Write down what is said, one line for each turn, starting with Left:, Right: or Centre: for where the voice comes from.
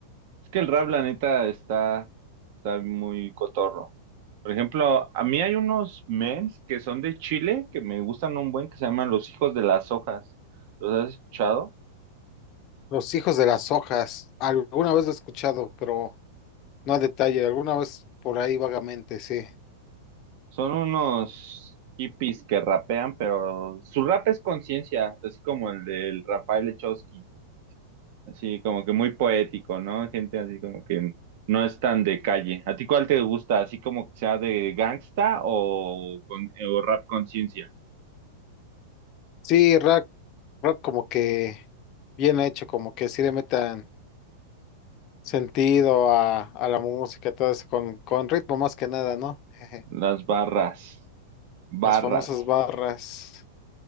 Right: Es que el rap, la neta, está, está muy cotorro. Por ejemplo, a mí hay unos mens que son de Chile que me gustan un buen que se llaman Los Hijos de las Hojas. ¿Los has escuchado?
Left: Los Hijos de las Hojas. Alguna vez lo he escuchado, pero no a detalle. Alguna vez por ahí vagamente, sí.
Right: Son unos hippies que rapean, pero su rap es conciencia, así como el del Rafael Echowski, así como que muy poético, ¿no? Gente así como que no es tan de calle. ¿A ti cuál te gusta? ¿Así como que sea de gangsta o, con, o rap conciencia?
Left: Sí, rap, rap como que bien hecho, como que sí le metan. sentido a, a la música, todo eso, con, con ritmo más que nada, ¿no? <laughs> Jeje.
Right: Las barras, barras,
Left: Las famosas barras.